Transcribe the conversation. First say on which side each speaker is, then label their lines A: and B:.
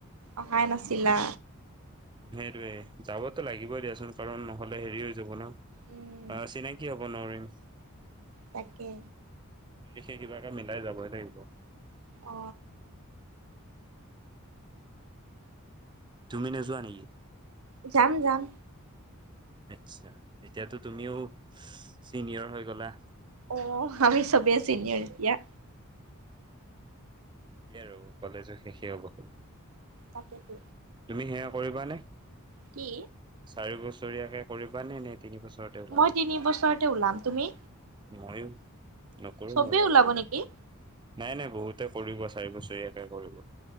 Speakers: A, on the right (about 70°); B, on the right (about 20°).
A: অহাই নাছিলা
B: সেইটোয়েই যাবতো লাগিবই দিয়াচোন কাৰণ নহ'লে হেৰি হৈ যাব ন
A: উম
B: অ চিনাকি হ'ব নোৱাৰিম
A: তাকে
B: সেই কিবাকে মিলাই যাবই লাগিব
A: অ
B: তুমি নোযোৱা নেকি
A: যাম যাম
B: আতছা এতিয়াতো তুমিও চিনিয়ৰ হৈ গলা
A: অ আমি চবে চিনিয়ৰে দিয়া
B: সেই আৰু কলেজো শেষেই হ'ব হল
A: তাকেতো
B: তুমি সেয়া কৰিবা নে
A: কি
B: চাৰি বছৰীয়াকে কৰিবা নে নে তিনি বছৰতে ওলাবা
A: মই তিনি বছৰতে ওলাম তুমি
B: মইও নকৰো
A: চবেই
B: মই আৰু
A: ওলাব নেকি
B: নাই নাই বহুতে কৰিব চাৰি বছৰ একে কৰিলো